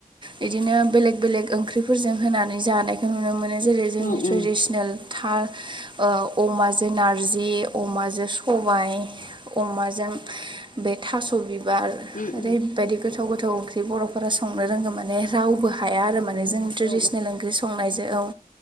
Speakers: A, on the right; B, on the left.
A: बिदिनो बेलेग बेलेग ओंख्रिफोरजों होनानै जानायखौ नुनो मोनो जेरै जोंनि
B: उम उम
A: ट्रेडिसनेल थार ओ अमाजों नारजि अमाजों सबाय अमाजों बे थास' बि बार
B: उम
A: ओरैबायदि गोथाव गोथाव ओंख्रि बर'फोरा संनो रोंङौ माने रावबो हाया आरो माने जों ट्रेडिसनेल
B: उम औ
A: ओंख्रि संनायजों औ